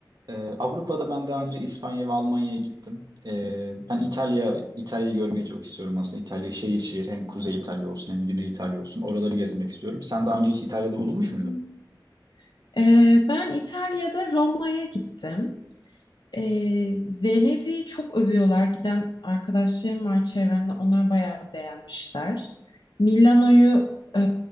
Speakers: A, on the right; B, on the left.
A: Ee, Avrupa'da ben daha önce İspanya ve Almanya'ya gittim. Ee, ben İtalya İtalya'yı görmeyi çok istiyorum aslında. İtalya şehir şehir hem Kuzey İtalya olsun hem Güney İtalya olsun. Oraları gezmek istiyorum. Sen daha önce hiç İtalya'da bulunmuş muydun?
B: Hmm. Ee, ben İtalya'da Roma'ya gittim. E, Venedik'i çok övüyorlar. Giden arkadaşlarım var çevremde. Onlar bayağı beğenmişler. Milano'yu e,